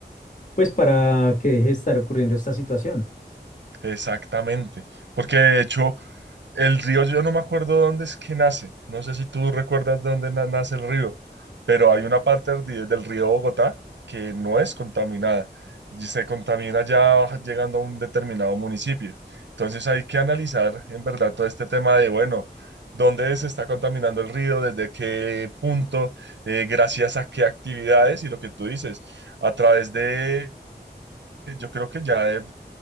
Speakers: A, on the left; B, on the right.
A: pues para que deje de estar ocurriendo esta situación.
B: exactamente. Porque de hecho, El río, yo no me acuerdo dónde es que nace. No sé si tú recuerdas dónde na- nace el río, pero hay una parte del río del río Bogotá que no es contaminada y se contamina ya llegando a un determinado municipio. Entonces hay que analizar en verdad todo este tema de, bueno, dónde se está contaminando el río, desde qué punto, Eh, gracias a qué actividades y lo que tú dices, a través de, yo creo que ya de